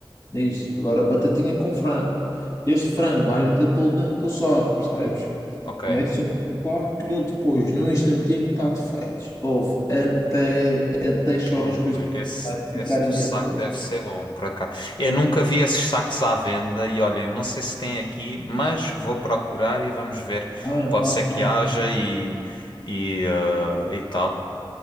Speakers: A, on the left; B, on the left.
A: é isso. Agora batatinha com frango. Este frango vais meter todo dentro do saco, percebes?
B: Ok.
A: Metes dentro do saco e ele depois, num instantinho, está-te feito. Ouve, até, até choras
B: Ui,
A: com este
B: esse,
A: frango. Vai
B: esse
A: ficar
B: do
A: incrível.
B: saco deve ser bom, por acaso. Eu nunca vi esses sacos à venda e olha, eu não sei se tem aqui, mas vou procurar e vamos ver.
A: Ah,
B: Pode
A: claro
B: ser que
A: que
B: haja e, e, ah, e tal.